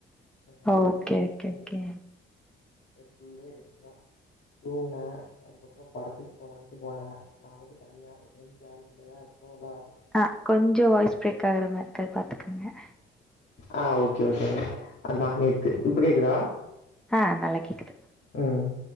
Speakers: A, on the left; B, in the centre.
A: சேரினு
B: ஓகே
A: லீவ் போட்டு
B: ஓகே ஓகே
A: ஃபுல் டே ரெஸ்ட்டு தா தூங்குனே அதுக்கப் ப படத்துக் போலான்ட்டு போனே நா மட்டு தனியா ஃப்ரெண்ட்ஸ் யாரு இல்லயா போல
B: அஹ் கொஞ்ச வாய்ஸ் பிரேக் ஆகுற மாரி க்கா பாத்துக்குங்க
A: ஆஹ் ஓகே ஓகே அதா நேத்து இப்ப கேக்தா <inaudible>
B: ஆஹ் நல்லா கேக்குது
A: உம்